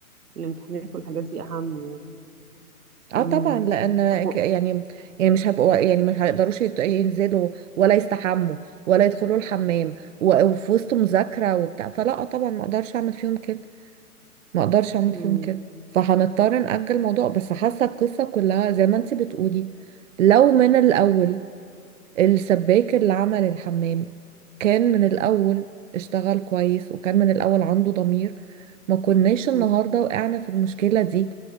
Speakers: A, on the right (about 80°); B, on the right (about 55°).
A: الامتحانات والحاجات دي اهم يعني
B: اه
A: امم
B: طبعا لان
A: مجموع-
B: ك- يعني يعني مش هبقوا يعني مش هيقدروش يت- ينزلوا ولا يستحموا ولا يدخلوا الحمام و- وفي وسط مذاكرة وبتاع فلا طبعا ما اقدرش اعمل فيهم كده ما اقدرش اعمل
A: امم
B: فيهم كده فهنضطر نأجل الموضوع بس حاسه القصه كلها زي ما انت بتقولي لو من الاول
A: امم
B: السباك اللي عمل الحمام كان من الاول اشتغل كويس وكان من الاول عنده ضمير ما كناش النهارده
A: امم
B: وقعنا في المشكله دي